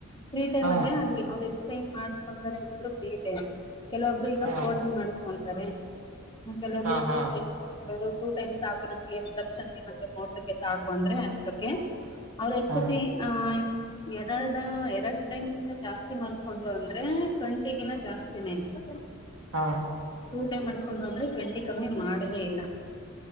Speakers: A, on the left; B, on the right.
A: ಫ್ರೀ ಟೈಮ್
B: ಹಾಂ
A: ಅಂದ್ರೆ ಅವೆಷ್ಟ. ಟೈಮ್ ಮಾಡ್ಸ್ಕೊಂತಾರೆ ಅನ್ನೋದ್ರ ಮೇಲೆ ಕೆಲವೊಬ್ರು ಈಗ
B: ಹಾಂ
A: ಫೋಟೋ ಮಾಡಸ್ಕೊಂತಾರೆ. ಹ ಕೆಲವರೊ
B: ಹಾಂ ಹಾಂ
A: ಕೆಲವರು ಟೂ ಟೈಮ್ಸ್ ಸಾಕು ನಮ್ಗೆ ರಿಸೆಪ್ಷನ್ಗೆ ಮತ್ತೆಮೂಹೂರ್ತಕ್ಕೆ ಸಾಕು ಅಂದ್ರೆ ಅಷ್ಟಕ್ಕೆ. ಅವ್ರ ಎಷ್ಟತಿ
B: ಹಾಂ
A: ಆಯ್. ಎರಡು ಎರಡ್ ಟೈಮ್ಗಿಂತ ಜಾಸ್ತಿ ಮಾಡಸ್ಕೊಂಡರು ಅಂದ್ರೆ ಟ್ವೆಂಟಿಗಿನ ಜಾಸ್ತಿ. ಸ್ತಿನೇ ಇರುತ್ತೆ.
B: ಹಾ
A: ಟೂ ಟೈಮ್ ಮಾಡಸ್ಕೊಂಡು ಅಂದ್ರೆ ಟ್ವೆಂಟಿ ಕಮ್ಮಿ ಮಾಡದೇ ಇಲ್ಲಾ.